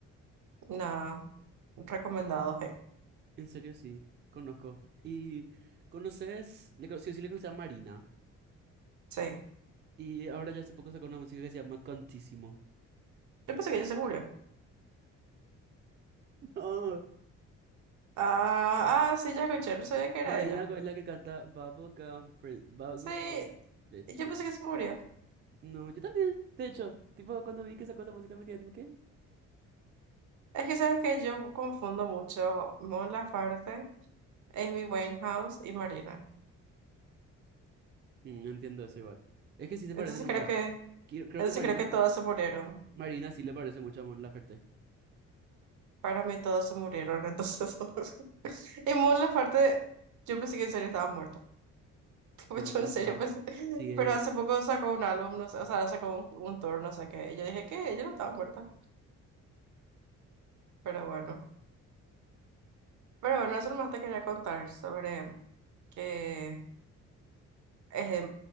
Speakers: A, on the right; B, on the right.
A: Nada, recomendado, hey.
B: En serio, sí, conozco. ¿Y conoces, le, cono- sí, sí le conocí a Marina?
A: Sí.
B: Y ahora ya hace poco sacó una música que se llama Cantísimo.
A: Yo pensé que ella se murió.
B: <laughs> No.
A: Ah, ah, sí, ya escuché, no sabía que era
B: Marina
A: ella.
B: es la que canta Bubblegum Prin- Bubblegum
A: Sí,
B: Bitch,
A: yo
B: Mama.
A: pensé que se murió.
B: No, yo también, de hecho, tipo, cuando vi que sacó esa música me quedé tipo, ¿qué?
A: Es que sabes que yo confundo mucho Mon Laferte, Amy Winehouse y Marina.
B: Mm, No entiendo eso igual. Es que sí se
A: Entonces
B: parecen un
A: creo
B: fla.
A: que,
B: Qui- Creo
A: entonces
B: que Marina,
A: creo que todas se murieron.
B: Marina sí le parece mucho a Mon Laferte,
A: Para mí todas se murieron, entonces. <laughs> Y Mon Laferte, yo pensé que en serio estaba muerta. <laughs>
B: pero no
A: Yo en serio
B: está.
A: pensé.
B: Sigue,
A: Pero hace poco sacó un álbum, no sé, o sea, sacó un, un tour, no sé qué. Y yo dije que ella no estaba muerta. Pero bueno, pero bueno, eso más te quería contar sobre que eh,